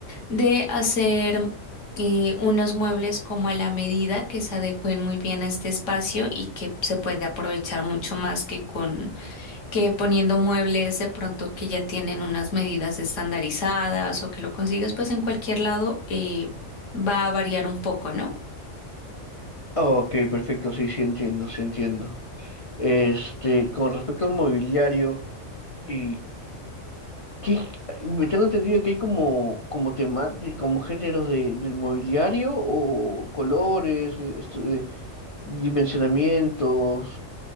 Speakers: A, on the left; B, on the left.
A: de hacer eh, unos muebles como a la medida que se adecuen muy bien a este espacio y que se puede aprovechar mucho más que con que poniendo muebles de pronto que ya tienen unas medidas estandarizadas o que lo consigues pues en cualquier lado eh, va a variar un poco, ¿no?
B: Ah, Ok, perfecto, sí, sí entiendo, sí entiendo. Este, con respecto al mobiliario. y ¿Qué? Me tengo entendido que hay como, como temáticas, como géneros de, del mobiliario o colores, eh, esto de dimensionamientos.